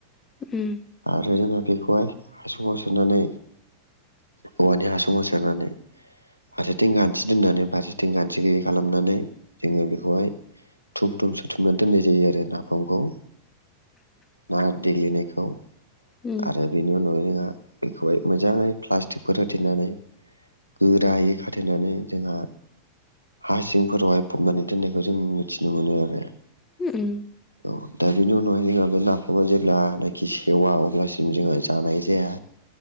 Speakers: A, on the left (about 20°); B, on the left (about 90°).
A: उम
B: आरो जोंहा बेखौहाय हासुङाव सोनानै औवानि हासुङाव सोनानै फारसेथिं गान्थि दोननानै फारसेथिं गान्थि गैयि खालामनानै जोङो बेखौहाय थुम थुम सो बुथुमना दोननाय जायो आरो नाफामखौ ना देग्लिनायखौ
A: उम
B: आरो बेनि उनावहाय जोंहा बेखौहाय मोजां ङै प्लास्टिकफोर होथेनानै गोरायै खाथेनानै जोंहा हा सिंफोरावहाय फबनानै दोननायखौ जों मिथिनो मोनो आरो
A: उम
B: औ दा बेनि उनावहाय जोंहा बे नाफामा जेब्लानाखि सेवा अब्लासिम जोंहा जानाय जाया